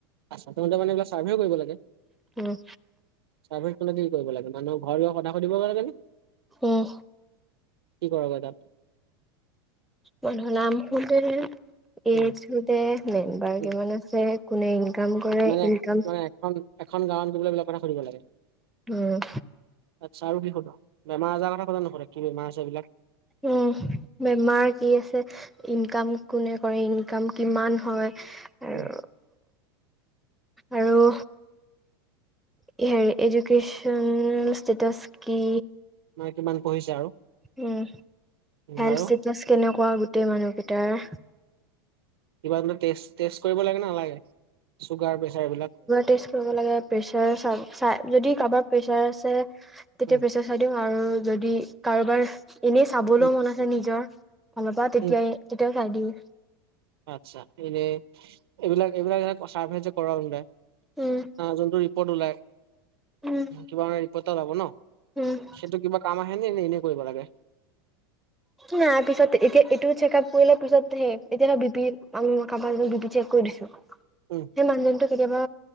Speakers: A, on the right (about 80°); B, in the centre.
A: আচ্ছা তহতে মানে এইবিলাক চাৰ্ভেও কৰিব লাগে?
B: উম
A: ছাৰ্ভেত গলে কি কৰিব লাগে মানহ ঘৰত গৈ কথা সুধিবগে লাগে নে?
B: উম।
A: কি কৰগে তাত?
B: মানুহৰ নাম সুধে এইজ
A: উম
B: সুধে মেম্বাৰ
A: উম
B: কিমান আছে কোনে ইনকাম কৰে
A: মানে
B: ইনকাম
A: মানে এখন এখন গাঁৱত গৈ এইবিলাক কথা সুধিব লাগে।
B: উম।
A: আচ্ছা আৰু কি সুধ বেমাআজাৰ কথা কথা নশুধে কি বেমাৰ আছে এবিলাক
B: উম বেমাৰ কি আছে ইনকাম কোনে কৰে ইনকাম কিমান হয়, আৰু
A: উম।
B: আৰু হেৰি এডুকেশচন ষ্টেটাছ কি?
A: মনে কিমান পঢ়িছে আৰু
B: উম
A: উম
B: হেল্থ
A: আৰু
B: ষ্টেটাছ কেনেকুৱা গোটেই মানুহকেইটাৰ
A: কিবা বোলে টেষ্ট টেষ্ট কৰিব লাগে নে নালাগে চুগাৰ প্ৰেছাৰ এইবিলাক
B: টেষ্ট কৰিব লাগে প্ৰেচাৰ চা যদি কাৰোবাৰ প্ৰেছাৰ আছে তেতিয়া
A: উম
B: প্ৰেছাৰ চাই দিব আৰু যদি কাৰোবাৰ এনে চাবলৈও
A: উম
B: মন আছে নিজৰ ফাঁলৰ পৰা তেতিয়াই
A: উম
B: তেতিয়াই চাই দিওঁ।
A: আচ্ছা এনেই এইবিলাক এইবিলাক এ চাৰ্ভে যে কৰাই
B: উম
A: যোনটো ৰিপৰ্ট ওলাই,
B: উম
A: কিবা মানে ৰিপৰ্ট এটা ওলাব ন
B: উম
A: সেইটো কিবা কামত আহে নে, নে এনে কৰিব লাগে।
B: নাই পিছত এতিয়া এইটো চেক আপ কৰিলে পিছত এতিয়া বি পি আঁ কাবাৰ যদি চেক কৰি দিছো।
A: উম।
B: সেই মানুহজনটো কেতিয়াবা